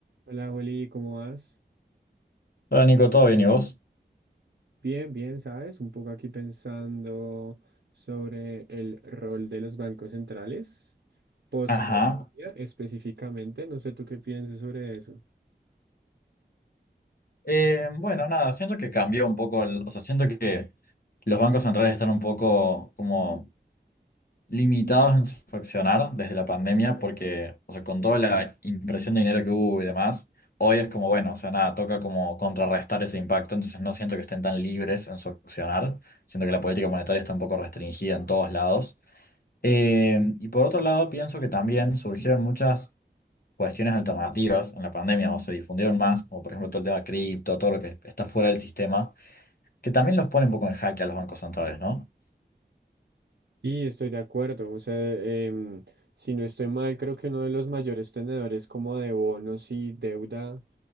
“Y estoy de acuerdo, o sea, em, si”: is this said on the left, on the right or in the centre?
Right